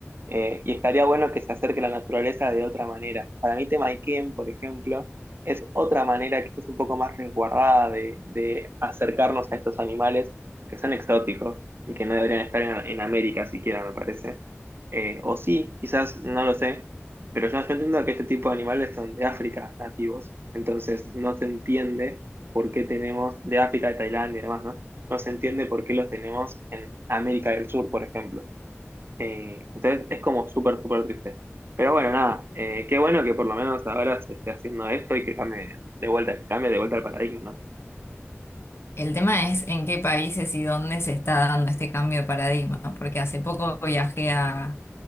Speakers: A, on the right; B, on the left.
A: Eh, y estaría bueno que se acerque la naturaleza de otra manera. Para mí, tema Ikea, por ejemplo, es otra manera que es un poco más resguardada de, de acercarnos a estos animales que son exóticos y que no deberían estar en, en América siquiera, me parece. Eh, o sí, quizás, no lo sé, pero yo, yo entiendo que este tipo de animales son de África nativos, entonces no se entiende por qué tenemos de África, de Tailandia y demás, ¿no? No se entiende por qué los tenemos en América del Sur, por ejemplo. Eh, entonces es como súper, súper triste. Pero bueno, nada, eh, qué bueno que por lo menos ahora se esté haciendo esto y que cambie de vuelta, cambie de vuelta el paradigma, ¿no?
B: El tema es en qué países y dónde se está dando este cambio de paradigma, ¿no? Porque hace poco viajé a,